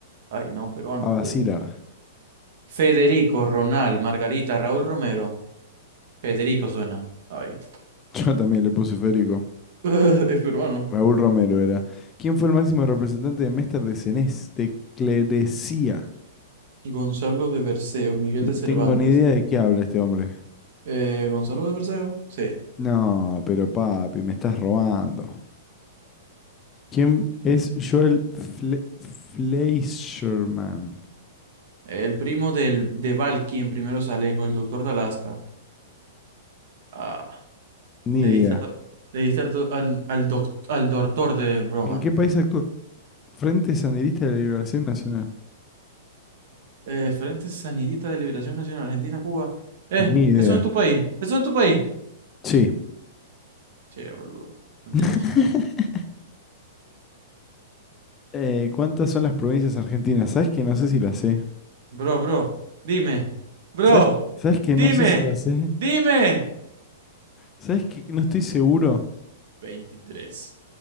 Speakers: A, on the right; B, on the left.
A: Ay, no, peruano.
B: Abasilar.
A: Federico, Ronald, Margarita, Raúl Romero. Federico suena. Ay.
B: <laughs> Yo también le puse Federico.
A: <laughs> Es peruano.
B: Raúl Romero era. ¿Quién fue el máximo representante de Mester de Cenés? De Clerecía.
A: Gonzalo de Berceo, Miguel
B: No
A: de Cervantes.
B: tengo ni idea de qué habla este hombre.
A: Eh, ¿Gonzalo de Berceo? Sí.
B: No, pero papi, me estás robando. ¿Quién es Joel Fle Fleischerman?
A: El primo del, de Valky en primeros alejos, el doctor de Alaska. Ah,
B: Ni
A: le
B: idea.
A: diste, a to- le diste al, do- al, al doc- al doctor de broma.
B: ¿En qué país actúa? Frente Sandinista de la Liberación Nacional.
A: eh, Frente Sandinista de Liberación Nacional Argentina, Cuba. Eh,
B: Ni idea.
A: eso en tu país, eso en tu país.
B: Sí.
A: Che, boludo, mentiroso.
B: <laughs> Eh, ¿cuántas son las provincias argentinas? ¿Sabes que no sé si las sé?
A: Bro, bro, dime, bro,
B: ¿Sabes, sabes que
A: dime,
B: no sé si las sé?
A: dime.
B: ¿Sabes que no estoy seguro?
A: veintitrés